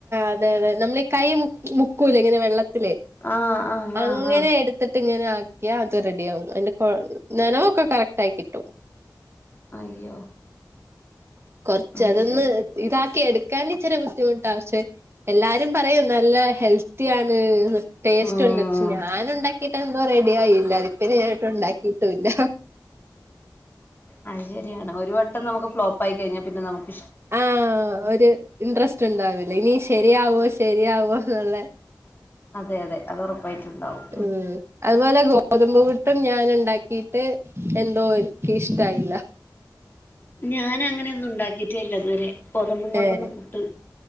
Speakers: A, on the right (about 35°); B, on the left (about 30°).
A: അതെ അതെ നമ്മളീ കൈ മു മുക്കൂലെ ഇങ്ങനെ വെള്ളത്തില്
B: ആഹ് ആഹ്
A: അങ്ങനെ
B: ആഹ് ആഹ്
A: എടുത്തിട്ട് ഇങ്ങനെ ആക്കിയ അ റെഡി ആകും അതിന്റെ കൊ നനവൊക്കെ കറക്റ്റ് ആയി കിട്ടും
B: അയ്യോ
A: കൊറച്ച്
B: അത്
A: അതൊന്ന്
B: ശരി
A: ഇതാക്ക് എടുക്കാൻ ഇച്ചിരി ബുദ്ധിമുട്ടാ പക്ഷെ എല്ലാരും പറയും നല്ല ഹെൽത്തി ആണ് ടേസ്റ്റ്
B: ഉം
A: ഉണ്ട് പക്ഷെ ഞാൻ ഉണ്ടാക്കീട്ട് എന്താ പറ <unintelligible> ഇല്ല അതിപ്പ ഞാൻ ഒട്ടും ഉണ്ടാക്കിട്ടും ഇല്ല
B: അത് ശരിയാണ് ഒരു വട്ടം നമുക്ക് ഫ്ലോപ്പ് ആയി കഴിഞ്ഞ പിന്നെ നമക്ക്
A: ആഹ ഒരു ഇൻട്രസ്റ്റ് ഉണ്ടാവില്ല ഇനി ശരിയാവോ ശരിയാവോന്നുള്ളെ
B: അതെ അതെ അത് ഉറപ്പായിട്ടുണ്ടാവും
A: ഉം അതുപോലെ ഗോതമ്പ് പുട്ട് ഞാൻ ഉണ്ടാക്കിട്ട് എന്തോ ഇന് ഇഷ്ടായില്ല
B: ഞാൻ അങ്ങനെ ഒന്നും ഉണ്ടാക്കി റ്റല്ലതുവരെ ഗോതമ്പും കൊണ്ടൊന്നും
A: ഏഹ്
B: പുട്ടി